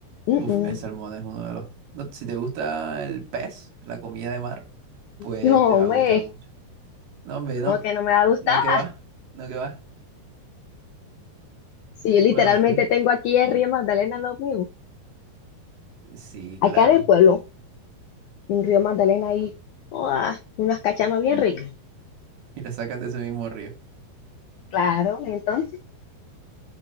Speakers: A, on the left (about 80°); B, on the right (about 70°).
A: Mm,
B: Uf,
A: mm.
B: el salmón es uno de los... no, si te gusta el pez, la comida de mar, pues
A: No,
B: te va
A: hombre,
B: a gustar mucho. No, hombre, no.
A: como que no me va a gustar.
B: No que va. No que va.
A: Si yo literalmente
B: Bueno, fíjate.
A: tengo aquí el río Magdalena lo mío.
B: Sí,
A: Acá
B: claro.
A: en el pueblo, un río Magdalena y unas cachamas bien ricas.
B: <laughs> Y la sacan de ese mismo río.
A: Claro, entonces,